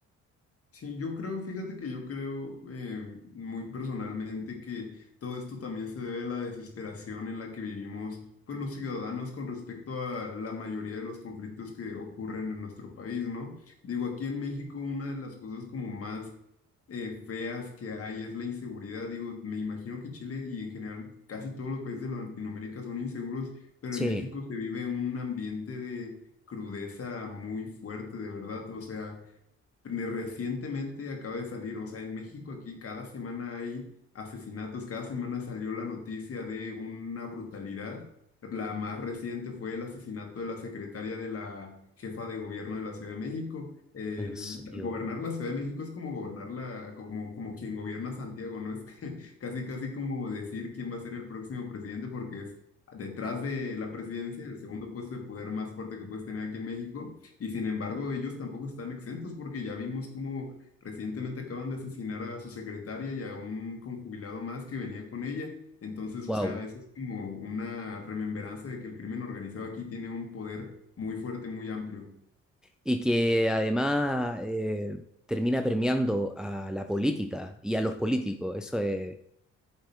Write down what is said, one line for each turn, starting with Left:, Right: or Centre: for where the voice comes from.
Left: Sí, yo creo, fíjate que yo creo eh, muy personalmente que todo esto también se debe a la desesperación en la que vivimos, pues los ciudadanos con respecto a la mayoría de los conflictos que ocurren en nuestro país, ¿no? Digo, aquí en México una de las cosas como más eh, feas que hay es la inseguridad. Digo, me imagino que Chile y en general casi todos los países de Latinoamérica son inseguros, pero
Centre: Sí,
Left: en México se vive un ambiente de crudeza muy fuerte, de verdad. O sea re- Recientemente acaba de salir, o sea, en México aquí cada semana hay asesinatos, cada semana salió la noticia de una brutalidad. La más reciente fue el asesinato de la secretaria de la jefa de gobierno de la Ciudad de México. El,
Centre: en serio.
Left: gobernar la Ciudad de México es como gobernar la, como, como quien gobierna Santiago, ¿no? Es que <laughs> casi, casi como decir quién va a ser el próximo presidente porque es detrás de la presidencia, el segundo puesto de poder más fuerte que puedes tener aquí en México. Y sin embargo, ellos tampoco están exentos porque ya vimos cómo recientemente acaban de asesinar a su secretaria y a un conjubilado más que venía con ella. Entonces,
Centre: Wow,
Left: o sea, eso es como una remembranza de que el crimen organizado aquí tiene un poder muy fuerte, muy amplio.
Centre: y que además eh, termina permeando a la política y a los políticos. Eso es,